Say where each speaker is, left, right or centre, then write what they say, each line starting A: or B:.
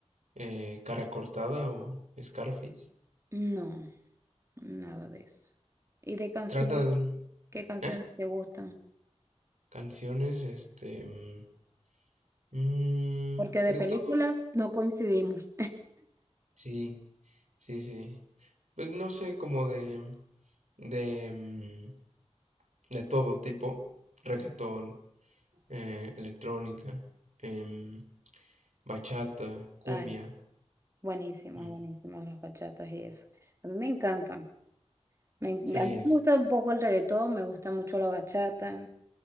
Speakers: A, on the right (about 85°); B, on the right (about 25°).
A: eh, Cara Cortada o Scarface?
B: No, nada de eso. ¿Y de canciones?
A: Trata de...
B: ¿Qué canciones
A: ¿eh?
B: te gustan?
A: Canciones, este... mm, mm,
B: Porque de
A: de
B: películas
A: todo.
B: no coincidimos.
A: Sí, sí, sí. Pues no sé, como de... De, mm, de todo tipo. Reggaetón, eh, electrónica, em, bachata, cumbia.
B: Ay, buenísimas,
A: mm,
B: buenísimas las bachatas y eso. A mí me encantan. Me, a
A: Sí.
B: mí
A: es-
B: me gusta un poco el reggaetón, me gusta mucho la bachata.